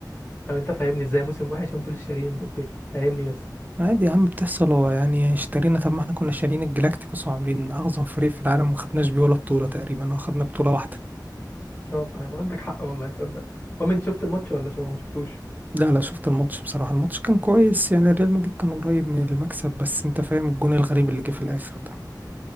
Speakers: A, on the left; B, on the right.
A: طب انت فاهمني ازاي موسم وحش وانتوا لسه شاريين مبابي فاهمني بس
B: عادي يا عم بتحصل هو يعني
A: <laughs>
B: اشترينا طب ما احنا كنا شارين الجلاكتيكوس وعاملين اعظم فريق في العالم وما خدناش بيه ولا بطوله تقريبا ولا خدنا بطوله واحده
A: اه فاهم عندك حق والله تصدق المهم انت شفت الماتش ولا شو ما شفتوش
B: لا لا شفت الماتش بصراحة الماتش كان كويس يعني الريال مدريد كان قريب من المكسب بس انت فاهم الجون الغريب اللي جه في الاخر ده